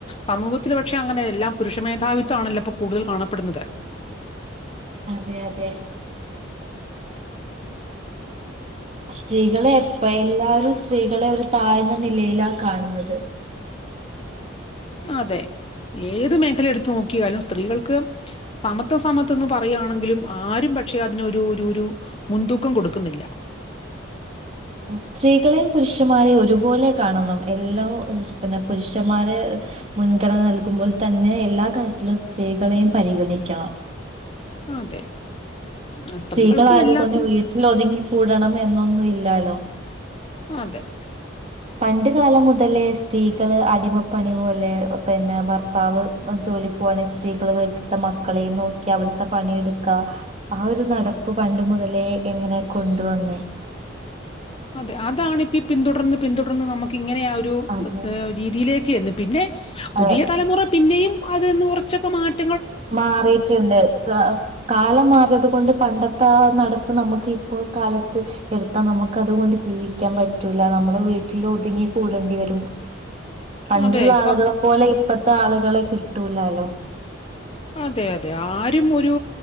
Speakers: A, on the left (about 30°); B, on the right (about 35°).
A: സമൂഹത്തിൽ പക്ഷെ അങ്ങനെ എല്ലാം പുരുഷ മേധാവിത്വ ആണല്ലോ ഇപ്പോൊ കൂടുതൽ കാണപ്പെടുന്നത്
B: അതെ അതെ സ്ത്രീകളെ എപ്പ എല്ലാരും സ്ത്രീകളെ ഒരു താായ്ന്ന നിലയിലാ കാണുന്നത്
A: അതെ ഏത് മേഖല എടുത്തു നോക്കിയാലും സ്ത്രീകൾക്ക് സമത്വ സമത്ത്ന്ന് പറയുകയാണെങ്കിലും ആരും പക്ഷെ അതിനൊരു ഒരു മുൻതൂക്കം കൊടുക്കുന്നില്ല
B: സ്ത്രീകളെയും പുരുഷന്മാരെയും ഒരുപോലെ കാണണം എല്ലാം പിന്നെ പുരുഷന്മാരെ മുൻഗണന നൽകുമ്പോൾ തന്നെ എല്ലാ കാര്യത്തിലും സ്ത്രീകളെയും പരിഗണിക്കണം
A: അ അതെ ആ
B: സ്ത്രീകളായതുക
A: സ്ത്രീകൾക്കും എല്ലാത്തിനും
B: കൊണ്ട് വീട്ടിൽ ഒതുങ്ങി കൂടണം എന്നൊന്നും ഇല്ലോ
A: അതെ <unintelligible>
B: പണ്ട് കാലം മുതലേ സ്ത്രീകള് അടിമപ്പണി പോലെ പിന്നെ ഭർത്താവ് ജോലിക്ക് പോവാണെങ്കിൽ സ്ത്രീകള് വീട്ടിലത്തെ മക്കളെയും നോക്കി അവിടുത്തെ പണിയെടുക്കാ ആ ഒരു നടപ്പ് പണ്ട് മുതലേ എങ്ങനെ കൊണ്ടുവന്നേ
A: അതെ അതാാണ്ിപ്പ പിന്തുടർന്ന് പിന്തുടർന്ന് നമുക്ക് ഇങ്ങനെ ആ ഒരു
B: അതെ
A: രീതിയിലേക്ക് <unintelligible> പിന്നെ <unintelligible> പുതിയ
B: അതെ
A: തലമുറ പിന്നെയും അത്ന്ന് കൊച്ചക്ക മാറ്റി
B: മാറിയിട്ടുണ്ട് കാലം മാറിയത് ൊണ്ട് പണ്ടത്തെ ആ നടപ്പ് നമുക്ക് ഇപ്പൊ കാലത്ത് എടുത്താൽ നമുക്ക് അതുകൊണ്ട് ജീവിക്കാൻ പറ്റൂല നമ്മുടെ വീട്ടിൽ ഒതുങ്ങി കൂടേണ്ടി വരും പണ്ടുള്ള
A: അതെ ഇപ്പൊ
B: ആളുകളെപ്പോലെ ഇപ്പത്ത ആളുകളെ കിട്ടൂലാലോ
A: അതെ അതെ ആരും ഒരു